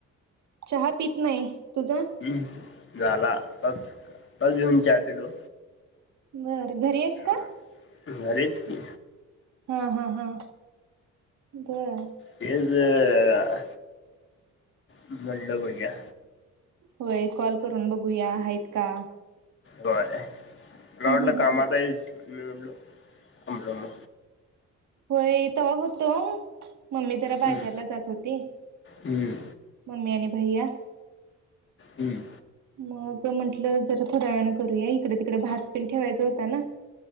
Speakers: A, on the right; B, on the left.
A: चहा पित नाही, तुझं
B: हम् झाला आताचं, आता जेऊन चहा पिलो
A: बरं, घरीयेस का?
B: <unintelligible> घरीच की
A: हा हा हा बरं
B: तेचं म्हणलं बघुया
A: होय कॉल करून बघूया हायेत का
B: होय मला
A: हम्म
B: वाटलं
A: हम्म
B: कामात
A: हम्म
B: आहेस लो लो णलो म
A: होय तेव्हा होतो, मम्मी जरा
B: हम्म
A: बाजारला जात होती
B: हम्म
A: मम्मी आणि भैया
B: हम्म
A: मग म्हंटलं जशा थोड्या वेळानं करूया इकडे तिकडे भात पण ठेवायचा होता ना